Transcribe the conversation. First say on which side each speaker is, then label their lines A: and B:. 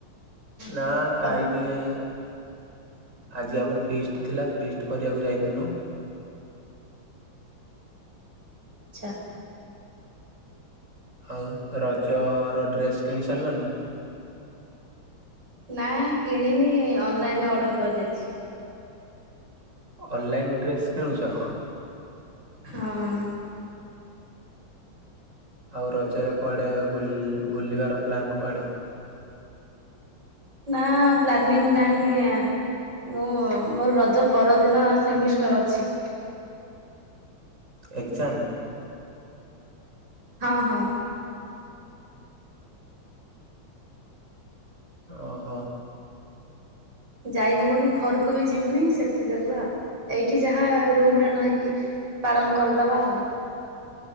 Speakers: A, on the right (about 35°); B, on the right (about 55°).
A: ନା
B: ହଁ ତ
A: ଖାଇନି କାଇଁ? ଆଜି ଆମର ଫିଷ୍ଟ ଥିଲା ଫିଷ୍ଟ କରିବାକୁ ଯାଇଥିନୁ।
B: ଆଚ୍ଛା।
A: ଆଉ ରଜର ଡ୍ରେସ୍ କିଣି ସାରିଲନି?
B: ନାଁ କିଣିନି ଅନଲାଇନ ଅର୍ଡ଼ର କରିଦେଇଛି।
A: ଅନଲାଇନ୍ ଡ୍ରେସ୍ କିଣୁଛ?
B: ହଁ
A: ଆଉ ରଜରେ କୁଆଡ଼େ ବୁଲ୍ ବୁଲିବାର ପ୍ଲାନ୍ କୁଆଡ଼େ?
B: ନାଁ ପ୍ଲାନିଂ ନାହିଁ ଆ। ମୁଁ ମୋର ରଜ ପରଦିନ ସେମିଷ୍ଟର ଅଛି।
A: ଏକ୍ଜାମ୍?
B: ହଁ, ହଁ।
A: ଓହୋ।
B: ଯାଇହବନି ଘରକୁ ବି ଯିବିନି ସେଥି ଯୋଗୁ ଆଉ, ଏଇଠି ଯାହା ରୁମ୍ ରେ ରହିକି ପାଳନ କରିଦବା ଆଉ।